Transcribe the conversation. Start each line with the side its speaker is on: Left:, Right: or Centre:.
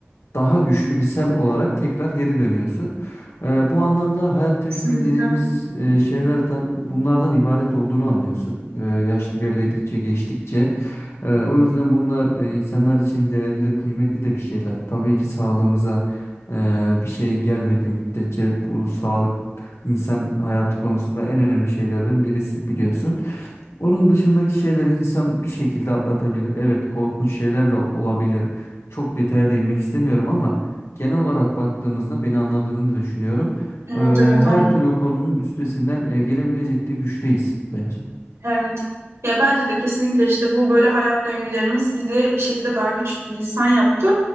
Left: daha güçlü bir sen olarak tekrar geri dönüyorsun. Ee, bu anlamda hayat tecrübe
Right: Kesinlikle.
Left: dediğimiz
Right: Hı
Left: e,
Right: hı.
Left: şeyler tab- bunlardan ibaret olduğunu anlıyorsun. Ee, yaş ilerledikçe, geçtikçe. Ee, o yüzden bunlar e, insanlar için değerli, kıymetli de bir şeyler. Tabii ki sağlığımıza e, bir şey gelmediği müddetçe bu sağlık insan hayatı konusunda en önemli şeylerden birisi biliyorsun. Onun dışındaki şeyleri insan bir şekilde atlatabilir. Evet, korkunç şeyler de olabilir. Çok detaya değinmek istemiyorum ama genel olarak baktığımızda beni anladığını da düşünüyorum.
Right: Evet
Left: Ee,
Right: evet
Left: her
Right: anlıyorum.
Left: türlü konunun üstesinden e, gelebilecek de güçteyiz bence.
Right: Evet. Ya bence de kesinlikle işte bu böyle hayat döngülerimiz bizi bir şekilde daha güçlü bir insan yaptı.